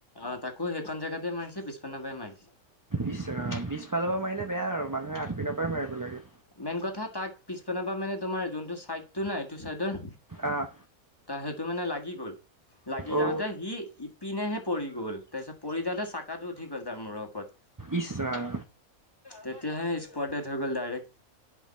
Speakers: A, on the left; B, on the right.
A: অ', তাক সেইকন জাগাতে মাৰিছে পিছপিন্ন পৰা মাৰিছে।
B: ইচ্ ৰাম পিচফালৰ পৰা মাৰিলে বেয়া আৰু মানুহে আগ পিননৰ পৰাই মাৰিব লাগে।
A: মেইন কথা তাক পিছপনাবা মানে তোমাৰ যোনটো চাইডটো নাই সেইটো চাইডৰ
B: আহ
A: তাৰ সেইটো মানে লাগি গ'ল লাগি
B: অ
A: যাওঁতে সি পিনেহে পৰি গ'ল তাৰপিছত পৰি যাওঁতে চাকাটো উঠি গল তাৰ মূৰ ওপৰত
B: ইচ ৰাম।
A: তেতিয়াহে স্পট হৈ গ'ল ডাইৰেক্ট।